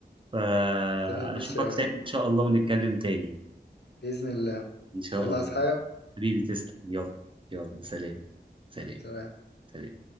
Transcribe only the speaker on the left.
تمام ماشي يا
غالي
باذن الله
يلا
عايز حاجه
سلام